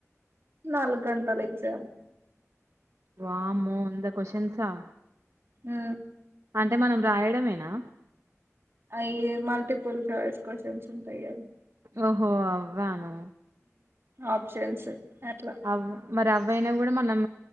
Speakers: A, on the right; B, on the right.
A: నాలుగు గంటలు ఎగ్జామ్
B: వామ్మో అంత క్వస్షన్స్ ఆ
A: ఆ
B: అంటే మనం రాయడమేనా
A: అయ్ మల్టీ ఫుల్సుకో సెమ్స తయారు
B: ఓహో అవ్వ ఆను
A: ఆప్షన్స్ అట్లా
B: అవు మరి అవయినా కూడా మనం